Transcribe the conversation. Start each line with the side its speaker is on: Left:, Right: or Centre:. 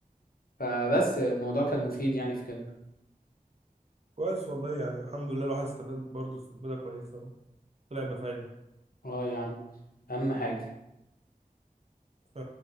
Left: فبس الموضوع كان مفيد يعني في كده
Right: كويس والله يعني الحمد لله الواحد استفاد برضه استفاده كويسه طلع بفايدة
Left: اه يا عم اهم حاجه
Right: ف...